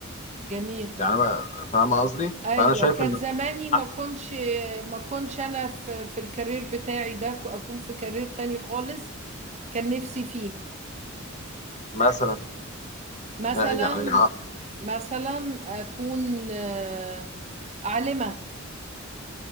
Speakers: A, on the right; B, on the left.
A: جميل
B: يعني ما- فاهمه قصدي
A: ايوه
B: فانا شايف
A: كان
B: ان
A: زماني ما
B: احسن
A: كنتش ما كنتش انا في في الكارير بتاعي ده ك- اكون في كارير تاني خالص كان نفسي فيه
B: مثلا
A: مثلا
B: ما- يعني اه
A: مثلا اكون آه، عالمة